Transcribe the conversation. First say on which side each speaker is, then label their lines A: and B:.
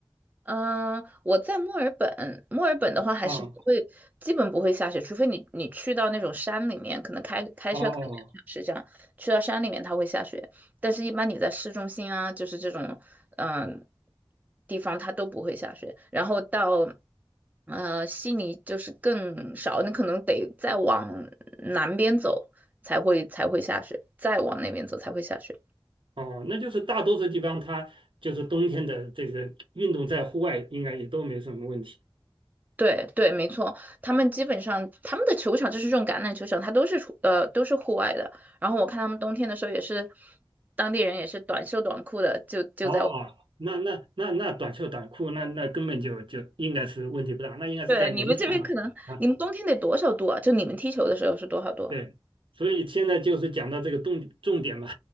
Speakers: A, on the right; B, on the right.
A: 嗯，呃我在墨尔本，墨尔本的话还是不会，
B: 嗯，
A: 基本不会下雪，除非你你去到那种山里面，可能开开车开两个小时这样，
B: 哦哦
A: 去到山里面它会下雪，但是一般你在市中心啊，就是这种嗯地方它都不会下雪，然后到呃悉尼就是更少，你可能得再往南边走才会才会下雪，再往那边走才会下雪。
B: 哦，那就是大多数地方它就是冬天的这个运动在户外应该也都没什么问题。
A: 对对，没错，他们基本上他们的球场就是这种橄榄球场，它都是出呃都是户外的。然后我看他们冬天的时候也是，当地人也是短袖短裤的，就就在。
B: 哦，那那那那短袖短裤那那根本就就应该是问题不大，那应该是在零上的。
A: 对，你们这边可能你们冬天得多少度啊？
B: 啊
A: 就你们踢球的时候是多少度？
B: 对，所以现在就是讲到这个重重点嘛，